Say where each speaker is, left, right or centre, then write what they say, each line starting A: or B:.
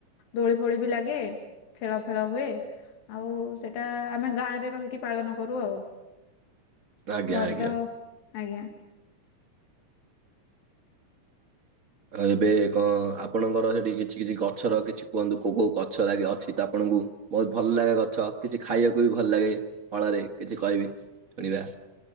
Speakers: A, on the left (about 85°); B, on the right (about 25°).
A: ଦୋଳି ଫୋଳି ବି ଲାଗେ ଖେଳ ଫେଳ ହୁଏ ଆଉ ସେଟା ଆମେ ଗାଁରେ ରହିକି ପାଳନ କରୁ ଆଉ
B: ଆଜ୍ଞା
A: ଘରେ
B: ଆଜ୍ଞା।
A: ତ ଆଜ୍ଞା।
B: ଆ ଏବେ କଣ ଆପଣଙ୍କର ସେଠି କିଛି କିଛି ଗଛର କିଛି କୁହନ୍ତୁ କୋଉ କୋଉ ଗଛ ଲାଗେ ଅଛି ତ ଆପଣଙ୍କୁ ବହୁତ ଭଲ ଲାଗେ ଗଛ କିଛି ଖାଇବାକୁ ବି ଭଲ ଲାଗେ ଫଳରେ କିଛି କହିବି ଶୁଣିବା।